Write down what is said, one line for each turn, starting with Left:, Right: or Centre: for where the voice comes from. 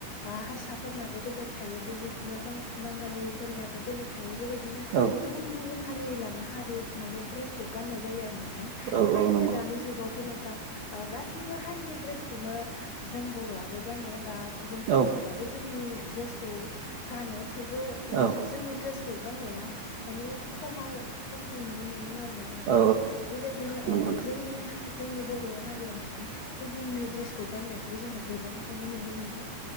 Left: बा हारसा फोरनाबो बेलेग थायो बेबायदिनो बां बांगालिफोरनियाबो बेलेग थायो बेबायदि बिदिनो
Right: औ
Left: गुबुन गुबुन हारि लाना हारि माने द्रेसखौ गाननाय जायो आरो नों थां
Right: औ
Left: बेबायदिनो
Right: औ नंगौ
Left: दानि जुगावथ' नोंथां गासैबो हा रिनि द्रेसखौनो जों बर'आबो गानो बा गुबुन
Right: औ
Left: हारिनियाबो जोंनि द्रेसखौ गानो थेवबो ओ
Right: औ
Left: जोंनि द्रेस खौ गान्नाया माने खम आरो खमखौ नुनो मोनदों आरो। नोंथां
Right: औ
Left: बेबायदिनो औ
Right: नंगौ
Left: जोंनि जोंनि बर' हारिया माने गुबुननि ड्रेसखौ गाननायखौ जोङो गोबांखौनो नुनो मोन्दों